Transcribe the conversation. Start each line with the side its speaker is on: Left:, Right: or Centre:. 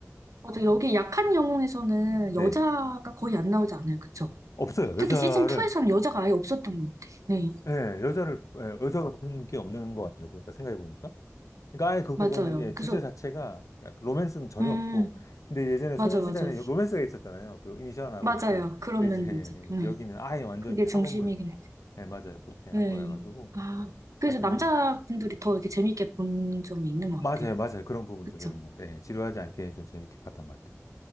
Right: 맞아, 여기 약한 영웅에서는
Left: 네,
Right: 여자가 거의 안 나오지 않아요, 그쵸?
Left: 없어요. 여자를
Right: 특히 시즌2에서는 여자가 아예 없었던 것 같아. 요 네,
Left: 예, 여자를 예, 여자가 보는 게 없는 것 같아요. 보니까 생각해 보니까. 그러니까 아예 그,
Right: 맞아요.
Left: 그거는 예, 주제
Right: 그래서,
Left: 자체가 약간 로맨스는 전혀
Right: 음,
Left: 없고 근데 예전에
Right: 맞아,
Left: 소녀시대는
Right: 맞아.
Left: 요- 로맨스가 있었잖아요. 그 이니션하고
Right: 맞아요.
Left: 그
Right: 그런
Left: 근데 이제
Right: 면도
Left: <laughs>
Right: 있었 네.
Left: 여기는 아예 완전히
Right: 그게
Left: 학원물
Right: 중심이긴 해.
Left: 예, 맞아요. 그렇게
Right: 네.
Left: 한 거여가지고
Right: 아, 그래서
Left: 하여튼
Right: 남자분들이
Left: 뭐
Right: 더 이렇게 재밌게 본 점이 있는 것
Left: 맞아요,
Right: 같아요.
Left: 맞아요. 그런 부분도
Right: 그쵸?
Left: 좀 있는 것 같아요. 예, 지루하지 않게 좀 재밌게 봤던 것 같아요.